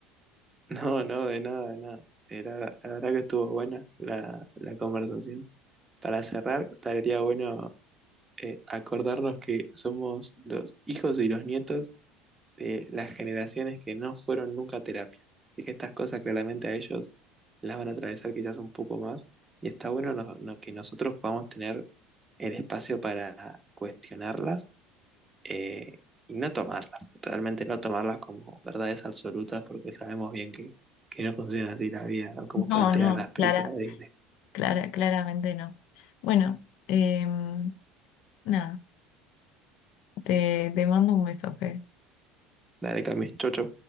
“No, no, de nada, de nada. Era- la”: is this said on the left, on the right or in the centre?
Right